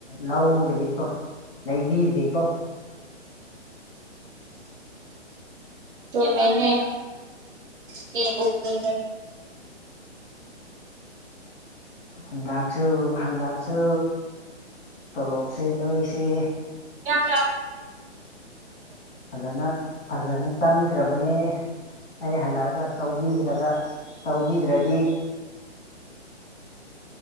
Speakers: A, on the left; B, on the right.
A: ꯂꯧꯗ꯭ꯔꯤꯀꯣ ꯂꯩꯕꯤꯗ꯭ꯔꯤꯀꯣ
B: ꯃꯅꯦ ꯀꯕꯨꯅꯤ
A: ꯍꯟꯗꯛꯁꯨ ꯍꯟꯗꯛꯁꯨ ꯇꯣꯂꯣꯞꯁꯦ ꯅꯣꯏꯁꯦ
B: ꯀ
A: ꯐꯖꯅ ꯐꯖꯅ ꯆꯪꯈ꯭ꯔꯕꯅꯦ ꯑꯩ ꯍꯜꯂꯛꯑꯒ ꯇꯧꯕꯤꯗ꯭ꯔꯒ ꯇꯧꯕꯤꯗ꯭ꯔꯗꯤ